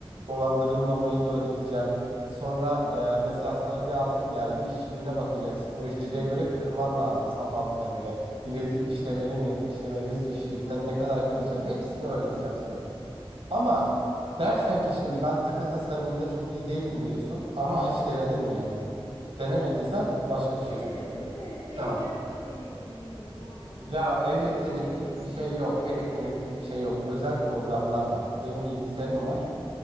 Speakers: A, on the right; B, on the left.
A: Dolandırılmamayı da öğreteceğim. Sonra
B: Evet.
A: e, mesela sana bir altın geldi, işçiliğine bakacaksın. O
B: <clears throat>
A: işçiliğe göre kırman lazım, saf altına göre. Bilezik işlemeli mi? İşlemeliyse işçilikten
B: Tabii,
A: ne kadar
B: tabii.
A: kıracaksın? Hepsini öğreteceğim sana. Ama dersen ki şimdi
B: Hı,
A: ben takı tasarımında çok iyi değilim diyorsun ama
B: evet.
A: hiç denedin mi yani? Denemediysen başka bir şey
B: Denemedim
A: söyleyeceğim.
B: de benim
A: Tamam.
B: yani pek el yeteneğim yok o anlamda
A: Ya
B: ben
A: el
B: o yapabileceğimi
A: yeteneklik
B: düşünmüyorum
A: bir şey yok.
B: diye.
A: El yeteneklik bir şey yok. Özel programlar var. Benim bilgisayarım
B: Hı hı.
A: var.